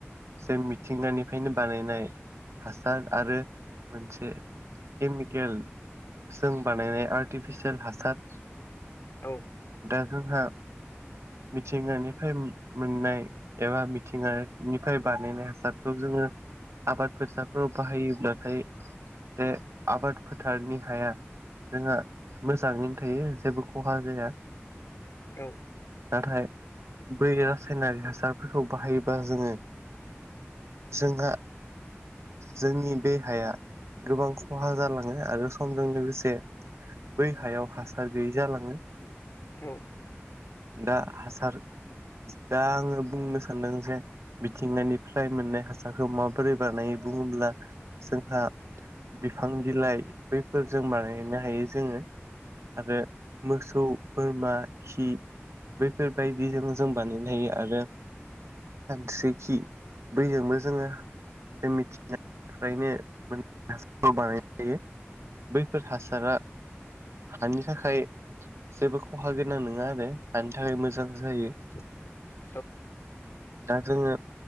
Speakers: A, on the right; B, on the left.
A: जों मिथिंगानिफ्रायनो बानायनाय हासार आरो मोनसे केमिकेल जों बानायनाय आर्टिफिसियेल हासार
B: औ
A: दा जोंहा मिथिंगानिफ्राय मोननाय एबा मिथिंगानिफ्राय बानायनाय हासारखौ जोङो आबाद फोसाफोराव बाहायोब्लाथाय जे आबाद फोथारनि हाया जोंहा मोजाङैनो थायो जेबो खहा जाया
B: औ
A: नाथाय बै रासायनारि हासारफोरखौ बाहायोबा जोङो जोंहा जोंनि दहाया गोबां खहा जालाङो आरो समजों लोगोसे बै हायाव हासार गैयैजालाङो
B: औ
A: दा हासार दा आङो बुंनो सानदों जे मिथिंगानिफ्राय मोननाय हासारखौ माबोरै बानायो बुङोब्ला जोंहा बिफां बिलाइ बैफोरजों बानायनो हायो जोङो आरो मोसौ बोरमा खि बैफोरबायदिजों जों बानायनो हायो आरो सानस्रिखि बयजोंबो जोङो मिथि नो हासार बानायनाय जायो बैफोर हासारा हानि थाखाय जेबो खहा गोनां नङा आरो हानि थाखाय मोजां जायो
B: <inaudible>
A: दा जोङो